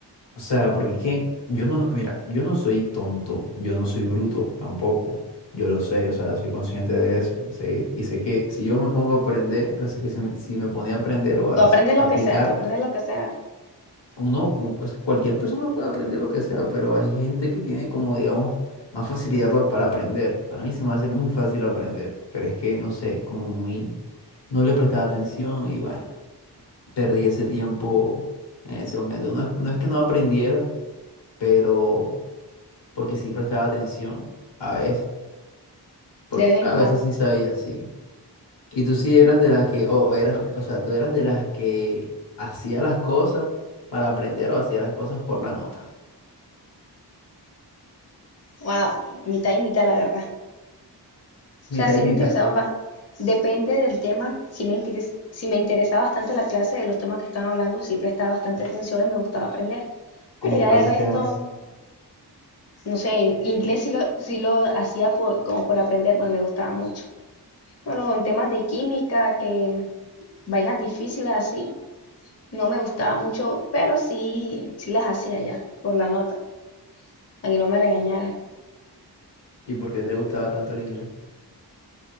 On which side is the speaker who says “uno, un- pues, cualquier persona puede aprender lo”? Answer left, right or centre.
Left